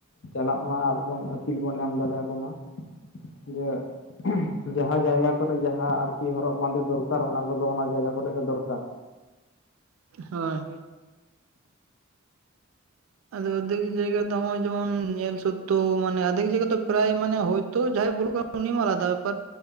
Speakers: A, on the left; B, on the right.
A: ᱪᱟᱞᱟᱜ ᱢᱟ, ᱟᱨᱵᱚᱱ ᱟᱹᱠᱤᱞ ᱵᱚᱱ ᱮᱢ ᱫᱟᱲᱮ ᱟᱠᱚ ᱢᱟ᱾ ᱡᱮ ᱡᱟᱦᱟᱸ ᱡᱟᱭᱜᱟ ᱠᱚᱨᱮ, ᱡᱟᱦᱟᱸ ᱟᱨᱠᱤ ᱦᱚᱨᱚᱜ ᱵᱟᱸᱫᱮ ᱫᱚᱨᱠᱟᱨ, ᱚᱱᱟ ᱠᱚᱫᱚ ᱚᱱᱟ ᱡᱟᱭᱜᱟ ᱠᱚᱨᱮ ᱜᱮ ᱫᱚᱨᱠᱟᱨ᱾
B: ᱦᱳᱭ, ᱦᱳᱭ᱾ ᱟᱫᱚ ᱟᱫᱷᱮᱠ ᱡᱟᱭᱜᱟ ᱫᱚ ᱦᱚᱜᱼᱚᱭ, ᱡᱮᱢᱚᱱ ᱧᱮᱞ ᱥᱚᱛᱛᱚᱣ, ᱢᱟᱱᱮ ᱟᱫᱷᱮᱠ ᱡᱟᱭᱜᱟ ᱫᱚ ᱯᱨᱟᱭ ᱢᱟᱱᱮ ᱦᱚᱭᱛᱚ ᱡᱟᱦᱟᱸᱟᱭ ᱵᱚᱞᱚᱜ ᱠᱟᱱᱟ ᱩᱱᱤ ᱢᱟ ᱟᱞᱟᱫᱟ ᱵᱮᱯᱟᱨ